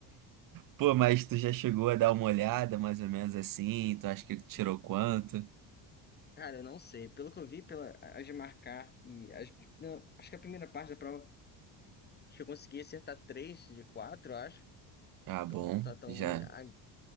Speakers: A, on the right; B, on the left.
A: Pô, mas tu já chegou a dar uma olhada, mais ou menos assim? Tu acha que tirou quanto?
B: Cara, eu não sei. Pelo que eu vi, pela, as de marcar e as, não, acho que a primeira parte da prova, acho que eu consegui acertar três de quatro, acho.
A: Ah,
B: Então
A: bom,
B: tá tão
A: já.
B: ruim. Ah,